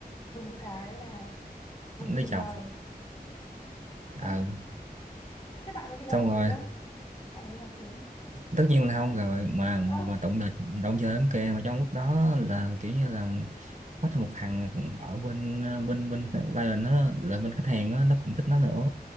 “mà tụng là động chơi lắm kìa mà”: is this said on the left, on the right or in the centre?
Right